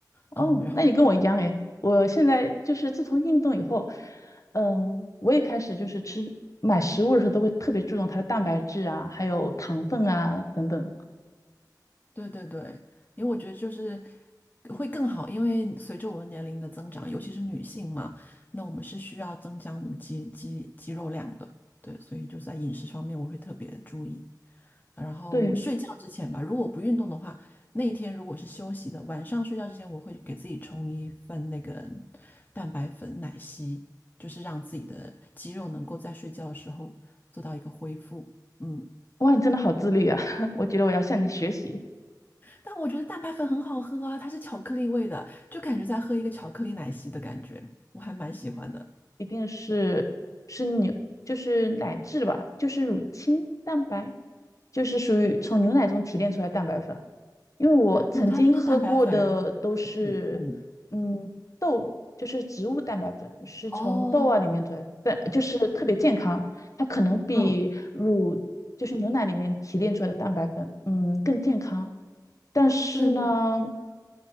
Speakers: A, on the left; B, on the left.
A: 哦，
B: 嗯，然后。
A: 那你跟我一样诶，我现在就是自从运动以后，嗯，我也开始就是吃，买食物的时候都会特别注重它的蛋白质啊，还有糖分啊等等。
B: 对对对，因为我觉得就是会更好，因为随着我们年龄的增长，尤其是女性嘛，那我们是需要增加我们的肌肌肌肉量的。对，所以就在饮食方面我会特别注意。然后睡觉之前吧，
A: 对，
B: 如果我不运动的话，那一天如果是休息的，晚上睡觉之前我会给自己冲一份那个蛋白粉奶昔，就是让自己的肌肉能够在睡觉的时候做到一个恢复。嗯。
A: 哇，你真的好自律啊！<laughs> 我觉得我要向你学习，
B: 但我觉得蛋白粉很好喝啊，它是巧克力味的，就感觉在喝一个巧克力奶昔的感觉，我还蛮喜欢的。
A: 一定是是牛，就是奶制吧，就是乳清蛋白，就是属于从牛奶中提炼出来的蛋白粉。因为我曾经喝过的都是，
B: 没有，它就是蛋白粉，然后巧克力，嗯，
A: 嗯，豆，就是植物蛋白粉，是从豆啊里面做的，
B: 哦，
A: 但就是特别健康，它可能比乳，
B: 嗯，
A: 就是牛奶里面提炼出来的蛋白粉，嗯，更健康，但是呢，
B: 对对对，